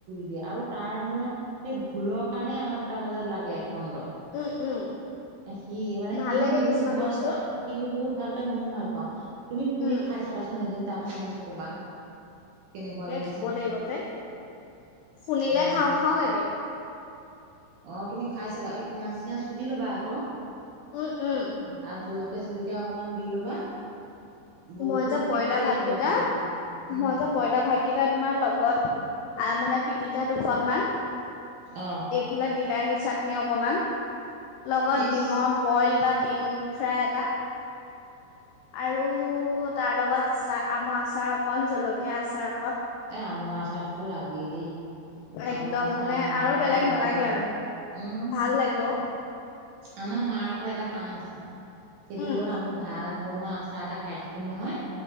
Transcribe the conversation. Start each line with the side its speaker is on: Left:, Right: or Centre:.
Right: দিয়ে আৰু তাৰ মৰে সেই ভুলৰ কাৰণে আমাৰ দুটাৰ মাজত লাগে এখণ্ড।
Left: উম, উম,
Right: সি মানে
Left: ভাল
Right: সিও
Left: লাগে
Right: বহুত
Left: কিছুমান
Right: ভাল
Left: বস্তু।
Right: পায়, সিও বহুত। ভাল পাই মইও ভাল পাওঁ। তুমি পুৰি
Left: উম,
Right: খাই চাবাচোন এদিন। তাৰ পাছত মোক কবা। কেনেকুৱা
Left: তে
Right: লাগিছে
Left: খাব লাগিব পাই শুনিলে
Right: অ
Left: খাওঁ খাওঁ লাগে।
Right: অ, তুমি খাই চাবা এই পিয়াজ চিয়াজ কুতি ল'বা আকৌ।
Left: উম উম।
Right: আৰু জলকীয়া অকণমান দি ল'বা। বহুত
Left: মই যে পইতা
Right: তৃপ্তিয়ে
Left: ভাতকেইটা
Right: খাব পাৰিবা। উম
Left: মই যে পইতা ভাতকেইটা। এতিয়া তোমাৰ লগত আ মানে পিটিকা দুখন মান
Right: অ'
Left: এইফালে বিলাহী। চাটনি অকমান লগত
Right: ইচ
Left: ডিমৰ বইল বা দিম ফ্ৰাই এটা আৰু তাৰ লগত আচাৰ আমৰ আচাৰ অকন জলকীয়া আচাৰ। অকণ
Right: এ আমৰ আচাৰটোতো লাগেই দেই
Left: একদম
Right: আমৰ আচাৰ
Left: মানে
Right: আমাৰ মায়ে
Left: আৰু বেলেগ
Right: পুৰা
Left: নালাগে
Right: বনায়
Left: আৰু
Right: উম।
Left: ভাল লাগে অ
Right: আমাৰ মাৰ আকৌ এটা কাম আছে। সেইটো
Left: উম
Right: হ'ল আমি ভাল। বনোৱা আচাৰ এটা খাই থাকিম নহয়।